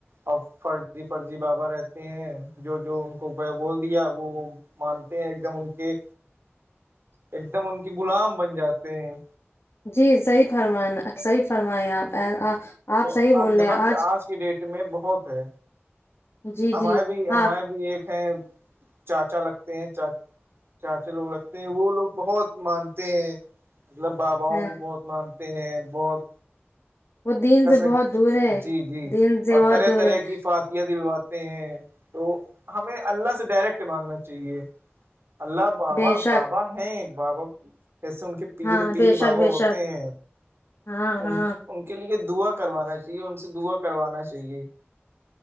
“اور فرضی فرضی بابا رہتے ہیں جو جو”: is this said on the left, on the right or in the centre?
Right